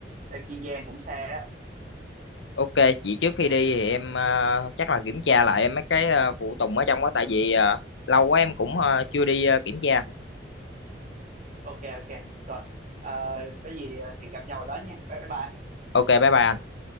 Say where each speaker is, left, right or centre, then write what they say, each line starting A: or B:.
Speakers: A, on the right; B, on the left.
A: ra Kiên Giang cũng xa á
B: Ok, chị trước khi đi thì em ờ, chắc là kiểm tra lại mấy cái ờ, phụ tùng ở trong đó tại vì ờ, lâu quá em cũng ờ, chưa đi ờ, kiểm tra.
A: ok ok rồi Ờ, có gì thì gặp nhau ở đó nha bye bye
B: Ok, bye bye anh.